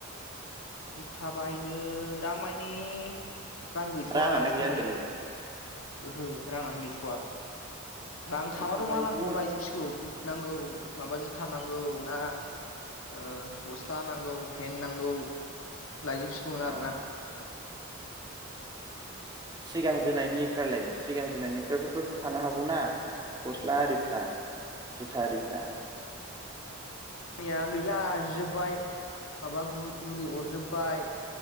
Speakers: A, on the left; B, on the right.
A: जुथा बायनो दामानि रां गैथ'वा
B: राङानो
A: जुथाबायनो
B: गैया होनदोलाय
A: ओहो रांआनो गैथ'वा रां
B: जुथा
A: थाबाथ'
B: बायदो
A: मालांखोआवनो लायजोबसिगौ बुदनांगौ माबा जुथ जुथा नांगौ ना ओ गस्ला नांगौ फेन नांगौ लायजोब सिगौमोन
B: अ
A: आरोना
B: उम सिगां जोनायनिफ्रा लाय सिगां जोनायनिफ्रायबोथ' थानो हागौना गस्ला आरिफ्रा जुथा आरिफ्रा
A: दा गैला जिजोबबाय माबा गु उरि अरजोबबाय